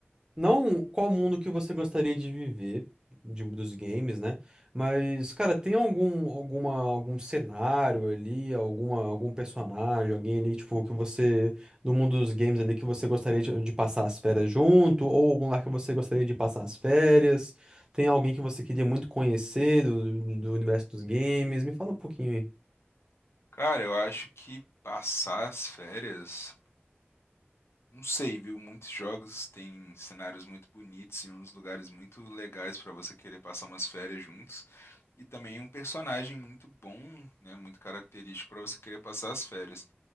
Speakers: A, on the right; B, on the left.
A: Não qual mundo que você gostaria de viver de, dos games, né? Mas, cara, tem algum, alguma, algum cenário ali, alguma, algum personagem, alguém ali, tipo, que você, do mundo dos games ali, que você gostaria de, de passar as férias junto, ou algum lugar que você gostaria de passar as férias? Tem alguém que você queria muito conhecer do, do, do universo dos games? Me fala um pouquinho aí.
B: Cara, eu acho que passar as férias. Não sei, viu? Muitos jogos têm cenários muito bonitos e uns lugares muito legais para você querer passar umas férias juntos. E também um personagem muito bom, né? Muito característico para você querer passar as férias.